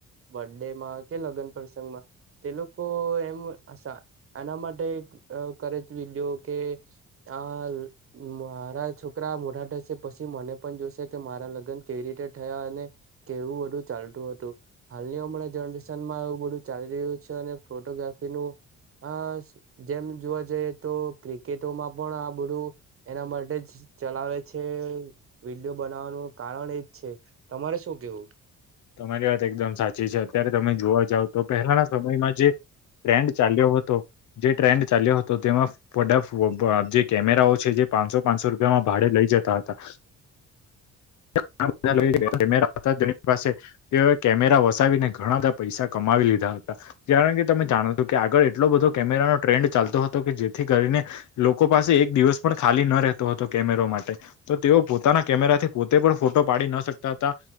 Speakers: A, on the right (about 45°); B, on the left (about 75°).
A: બર્ ડે માં કે લગ્ન પ્રસંગમાં તે લોકો એમ એના માટે કરે છે વિગ કે આ મારા છોકરા મોઢા પછી મને પણ જોશે કે મારા લગ્ન કેવી રીતે થયા અને કેવું બધુ ચાલતું હતું? હાલની ઉંમર જનરેશન માં એવું બધું ચાલી રહ્યું છે અને ફોટોગ્રાફીનું અ જેમ જોવા જઈએ તો ક્રિકેટોમાં પણ આ બધું એના માટે જ ચલાવે છે વિડીયો બનાવવાનું કારણ એજ છે તમારે શું કેવું?
B: તમારી વાત એકદમ સાચી છે અત્યારે તમે જોવા જાવ તો પહેલાના સમયમાં જે ટ્રેન્ડ ચાલ્યો હતો જે ટ્રેન્ડ ચાલ્યો હતો તેમાં જે કેમેરાઓ છે જે પાંચસો પાંચસો રૂપિયામાં ભાડે લઈ જતા હતા <inaudible> <unintelligible> પાસે તેઓએ કેમેરા વસાવીને ઘણા બધા પૈસા કમાવી લીધા હતા. કારણ કે તમે જાણો છ કે આગળ એટલો બધો કેમેરાનો ટ્રેન્ડ ચાલતો હતો કે જેથી કરીને લોકો પાસે એક દિવસ પણ ખાલી ન રહેતો હતો કેમેરો માટે. તો તેઓ પોતાના કેમેરાથી પોતે પણ ફોટો પાડી ના શકતા હતા